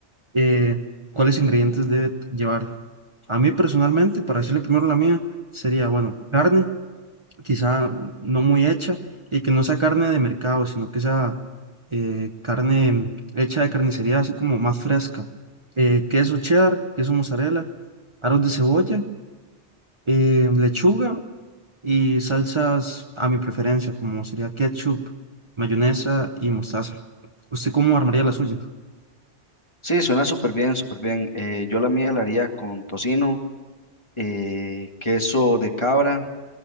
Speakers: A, on the right; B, on the left.
A: eh, ¿cuáles ingredientes debe llevar? A mí personalmente, para decirle primero la mía, sería, bueno, carne quizá no muy hecha, y que no sea carne de mercado, sino que sea eh, carne hecha de carnicería, así como más fresca. Eh, queso cheddar, queso mozzarella, aros de cebolla, eh, lechuga y salsas a mi preferencia, como sería ketchup, mayonesa y mostaza. ¿Usted cómo armaría la suya?
B: Sí, suena súper bien, súper bien. Eh, yo la mía la haría con tocino, eh, queso de cabra,